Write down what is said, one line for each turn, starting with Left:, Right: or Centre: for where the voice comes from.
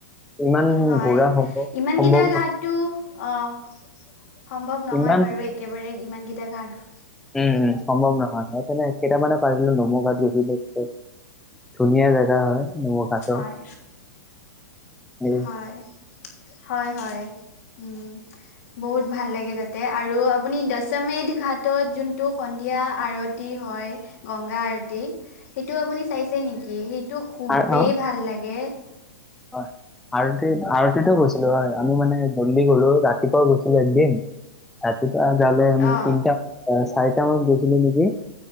Centre: ইমান
Left: হয়
Centre: ঘূৰা সম্ভৱ
Left: ইমানকেইটা
Centre: সম্ভৱ নহয়
Left: ঘাট টো অ, সম্ভৱ নহয়
Centre: ইমান
Left: বাৰু একেবাৰে ইমান কেইটা ঘাট।
Centre: উম উম সম্ভৱ নহয় সেইকাৰনে কেইটামানে পাইছিলো ধুমুঘাত
Left: উম
Centre: <unintelligible> ধুনীয়া জেগা হয়। নৌ ঘাটৰ
Left: হয়।
Centre: এই
Left: হয়, হয় হয়, উম বহুত ভাল লাগে তাত তে আৰু আপুনি দশমী দিঘাতত যোনটো সন্ধিয়া আৰতি হয় গংগা আৰতি সেইটো আপুনি চাইছে নেকি? সেইটো খুবেই
Centre: আৰু অ
Left: ভাল লাগে।
Centre: হয়, আৰতিত আৰতিতো গৈছিলো হয়, আমি মানে জলদি গলো ৰাতিপুৱাও গৈছিলো একদিন ৰাতিপুৱা যাওলে আমি
Left: অ
Centre: তিনটা এ চাৰিটামানত গৈছিলো নেকি?